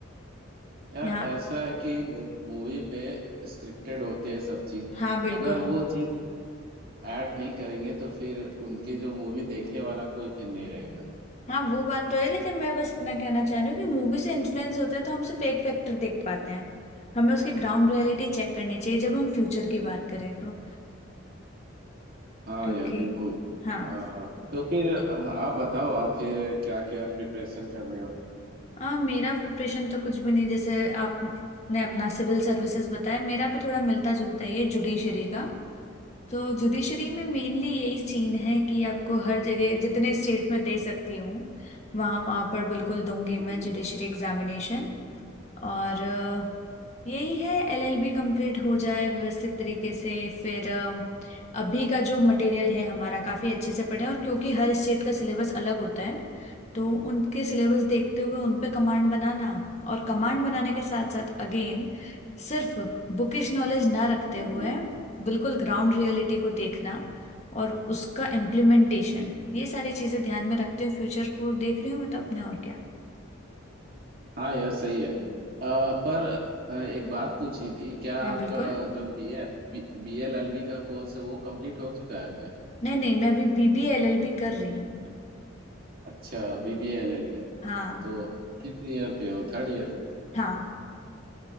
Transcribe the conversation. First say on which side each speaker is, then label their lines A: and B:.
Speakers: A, on the right; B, on the left.
A: यार
B: यहाँ
A: ऐसा है कि मूवी पे स्क्रिप्टेड होती है सब चीज
B: हाँ बिल्कुल
A: अगर वो चीज ऐड नहीं करेंगे तो फिर उनके जो मूवी देखने वाला कोई फिर नहीं रहेगा
B: हाँ वो बात तो है लेकिन मैं बस इतना कहना चाह रही हूँ कि मूवी से इन्फ्लुएंस होता है तो हम सिर्फ एक फैक्टर देख पाते हैं हमें उसकी ग्राउंड रियलिटी चेक करनी चाहिए जब हम फ्यूचर की बात करें तो
A: हाँ
B: क्योंकि
A: यार बिल्कुल
B: हाँ
A: आ, तो फिर आप बताओ आप फिर क्या क्या प्रिपरेशन कर रहे हो
B: आ, मेरा प्रिपरेशन तो कुछ भी नहीं जैसे आपने अपना सिविल सर्विसेज बताया मेरा भी थोड़ा मिलता जुलता ही है जुडिशरी का तो जुडिशरी में मेनली यही सीन है कि आपको हर जगह जितने स्टेट में दे सकती हूँ वहाँ वहाँ पर बिल्कुल दूंगी
A: हम्म
B: मैं जुडिशरी एग्जामिनेशन और यही है एलएलबी कंप्लीट हो जाए व्यवस्थित तरीके से फिर अ, अभी का जो मटेरियल है हमारा काफ़ी अच्छे से पढ़े और क्योंकि हर स्टेट का सिलेबस अलग होता है तो उनके सिलेबस देखते हुए उन पे कमांड बनाना और कमांड बनाने के साथ साथ अगेन सिर्फ बुकिश नॉलेज ना रखते
A: हाँ
B: हुए
A: हाँ
B: बिल्कुल ग्राउंड रियलिटी को देखना और उसका इम्प्लीमेंटेशन ये सारी चीज़ें ध्यान में रखते हुए फ्यूचर को देख रही हूँ मैं तो अपने और क्या
A: हाँ यार सही है अ, पर अ, एक बात पूछी थी क्या
B: हाँ
A: आपका
B: बिल्कुल
A: जो B A B L L B का कोर्स है वो कंप्लीट हो चुका है क्या
B: नहीं नहीं मैं अभी बीबीए एलएलबी कर रही हूँ
A: अच्छा B B L L B
B: हाँ
A: तो किस ईयर पे हो थर्ड ईयर
B: हाँ